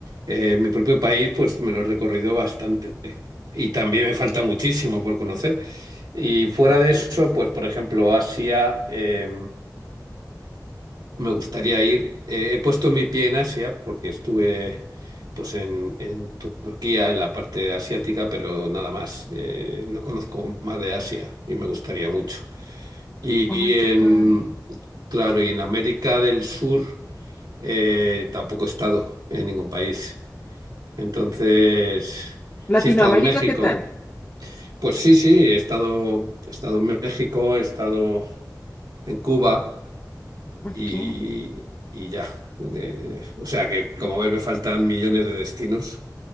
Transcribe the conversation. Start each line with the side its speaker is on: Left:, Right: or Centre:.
Right: Eh, mi propio país, pues me lo he recorrido bastante y también me falta muchísimo por conocer. Y fuera de eso, pues por ejemplo, Asia, eh, me gustaría ir. Eh, he puesto mi pie en Asia porque estuve pues en, en Turquía, en la parte asiática, pero nada más. Eh, no conozco más de Asia y me gustaría mucho. Y,
Left: Ay,
Right: en,
Left: qué padre.
Right: claro, y en América del Sur eh, tampoco he estado en ningún país. Entonces,
Left: Latinoamérica,
Right: sí he estado en México.
Left: ¿qué tal?
Right: Pues sí, sí, he estado, he estado en México, he estado en Cuba
Left: Ok.
Right: y, y ya. De- o sea que, como ves, me faltan millones de destinos